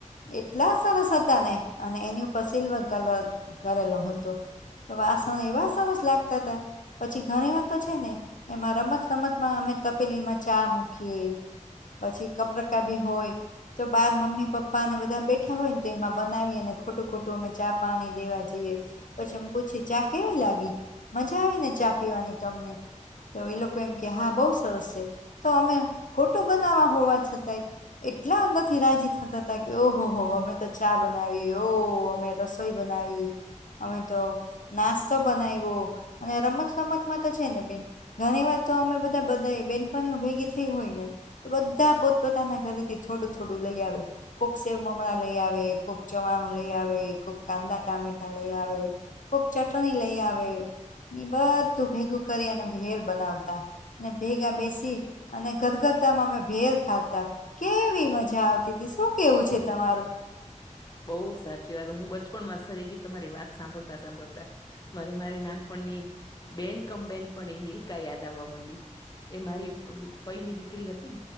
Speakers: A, on the left; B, on the left.
A: એટલા સરસ હતા ને અને એની ઉપર સિલ્વર કલર કરેલો હતો. વાસન એ વાસન જ લાગતા હતા. પછી ઘણી વાર તો છે ને એમાં રમતસમતમાં અમે તપેલીમાં ચા મૂકીએ. પછી કપરાકા બી હોય. તો બાર મમ્મી પપ્પા ને બધા બેઠા હોય ને તો એમાં બનાવી અને ખોટું ખોટું અમે ચા પાણી દેવા જઈએ. પછી પૂછી ચા કેવી લાગી મજા આવી ને ચા પીવાની તમને. તો એ લોકો એમ કે હા બહુ સરસ છે તો અમે ખોટું બનાવા હોવા છતાંય એટલા અંદર થી રાજી થતા હતા કે ઓહો હો અમે તો ચા બનાવી ઓ અમે તો. સોઈ બનાવી. અમે તો નાસ્તો બનાવ્યો અને રમત રમતમાં તો છે ને બેન. ઘણી વાર તો અમે બધા બધા બેનપ ભેગી થઈ હોય ને. બધા પોતપોતાના ઘરે થી થોડું થોડું લઈ આવે. કોક સેવ મમરા લઈ આવે કોઈક ચવાણું લઈ આવે કોઈક કાંદા ટામેટા લઈ આવે. કોક ચટણી લઈ આવે બધું ભેગું કરી અને ભેર બનાવતા. અને ભેગા બેસી અને ગદગદ અમે ભેર ખાતા કેવી મજા આવતી હતી શું કેવું છે તમારું?
B: બહુ સાચી વાત હું બચપણમાં સરી ગઈ તમારી વાત સાંભળતા સાંભળતા. મારે મારી નાનપણની બેન કમ બેેન પણ એ નીલકા યાદ આવવા માંડી. એ મારી ફઈ ની દીકરી હતી